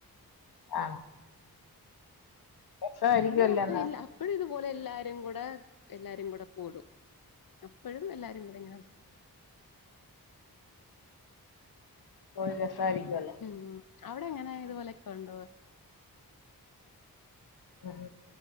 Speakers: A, on the left (about 80°); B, on the left (about 60°).
A: ആണോ രസമായിരിക്കുമല്ലോ
B: അത് കൊഴപ്പം
A: എന്നാ
B: ഇല്ല അപ്പഴും ഇതുപോലെ എല്ലാരും കൂടെ എല്ലാരും കൂടെ കൂടും അപ്പഴും എല്ലാരും കൂടെ ഇങ്ങനെ
A: അപ്പൊ രസമായിയിരിക്കുവല്ലേ
B: ഉം അവിടെങ്ങന ഇതുപോലെക്കെ ഉണ്ടോ
A: ഉ